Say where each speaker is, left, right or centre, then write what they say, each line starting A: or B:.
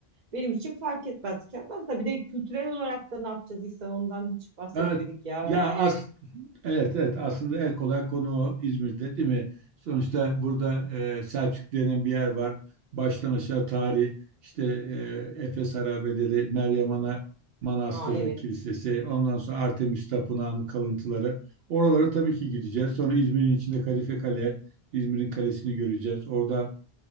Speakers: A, on the right (about 45°); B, on the right (about 75°).
A: Benim için fark etmez, şey yapmaz da bir de kültürel olarak da ne yapacağız İhsan ondan hiç bahsetmedik
B: Evet,
A: ya.
B: ya
A: Yani
B: as
A: hani
B: evet evet aslında en kolay konu o İzmir'de değil mi? Sonuçta burada e, Selçuk denen bir yer var. Baştan aşağı tarih işte e, Efes Harabeleri, Meryem Ana Manastırı
A: aa evet.
B: Kilisesi, ondan sonra Artemis Tapınağı'nın kalıntıları. Oralara tabii ki gideceğiz. Sonra İzmir'in içinde Kadife Kale, İzmir'in kalesini göreceğiz. Orada